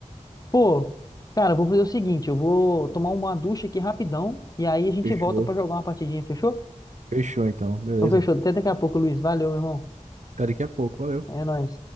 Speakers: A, on the left; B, on the right.
A: Pô, cara, eu vou fazer o seguinte, eu vou tomar uma ducha aqui rapidão, e aí a gente
B: Fechou.
A: volta pra jogar uma partidinha, fechou?
B: Fechou, então, beleza.
A: Então fechou, até daqui a pouco, Luiz. Valeu, meu irmão.
B: Até daqui a pouco, valeu.
A: É nóis.